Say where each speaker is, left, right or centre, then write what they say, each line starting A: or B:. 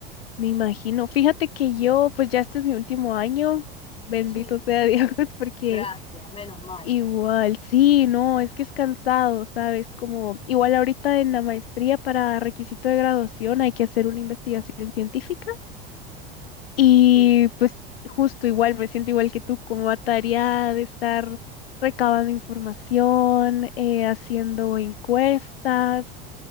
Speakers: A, on the left (about 75°); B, on the left (about 20°).
A: Me imagino. Fíjate que yo, pues ya este es mi último año, bendito
B: Sí,
A: sea Dios, <laughs> porque
B: gracias, menos mal.
A: igual, sí, no, es que es cansado, ¿sabes? Como igual ahorita en la maestría para requisito de graduación hay que hacer una investigación científica y
B: Sí.
A: pues justo igual, me siento igual que tú, como atareada de estar recabando información, eh, haciendo encuestas,